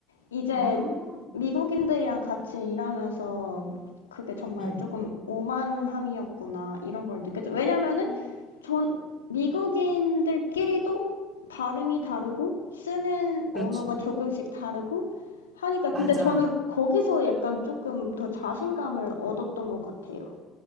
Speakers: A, on the left (about 80°); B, on the right (about 30°).
A: 이제
B: 아,
A: 미국인들이랑 같이 일하면서 그게 정말
B: 응,
A: 조금 오만함이었구나 이런 걸 느꼈죠. 왜냐면은
B: 음.
A: 전 미국인들끼리도 발음이 다르고 쓰는
B: 그렇지.
A: 언어가 조금씩 다르고 하니까 근데
B: 맞아.
A: 저는 거기서 약간 조금 더 자신감을 얻었던 것 같아요.